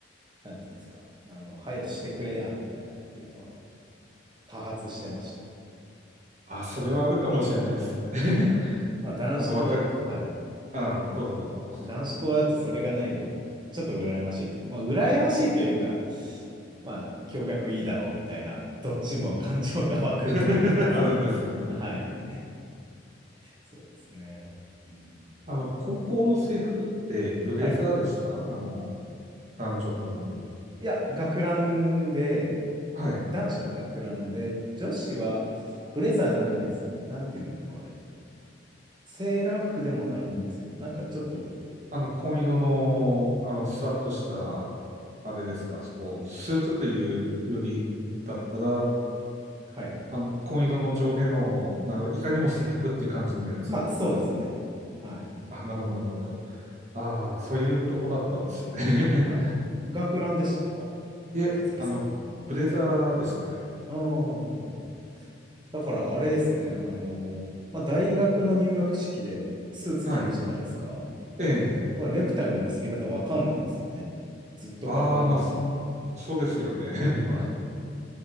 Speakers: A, on the right; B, on the right.
A: なんていうんですか、あの、配慮してくれや、みたいなっていうのは多発してまし
B: <laughs> あ、それはあるかもしれないですね。<laughs>
A: た。はい。まあ、男子校、
B: あの、わか、
A: はい。
B: あ、どうぞどうぞ。
A: 男子校だとそれがないのが、ちょっと羨ましいという、まあ、羨ましいというか、まあ、共学いいだろうみたいな、どっちも感情が湧くと言いますか。
B: <laughs> あるんですよね。
A: はい。そうですね。うん、
B: あの、高校の制服ってブレザーでしたあの、
A: はい。
B: 男女ともに。
A: いや、学ランで、
B: はい。
A: 男子は学ランで、女子はブレザーではないですね。なんて言うんだろう、あれ。セーラー服でもないんですけど、なんかちょっと、
B: あの、紺色の、あの、スワッとした、あれですか、
A: はい。
B: そこ、スーツというよりだったら、
A: はい。
B: あの、紺色の上下の、ないかにも制服っていう感じのやつ。
A: まあ、そうですね。はい。
B: あ、なるほど、なるほど。ああ、そういうとこだったんですね。<laughs>
A: はい。学ランでしたか
B: いえ、
A: 佐々木さんは。
B: あの、ブレザーでしたね。
A: ああ、なるほど。だから、あれですね。あの、まあ、大学の入学式でスーツ着るじゃないですか。
B: はい。ええ。
A: だからネクタイの結び方わかんないですよね。ずっと学ランだったんで。
B: ああ、まあ、そ、そうですよね。<laughs>
A: はい。っ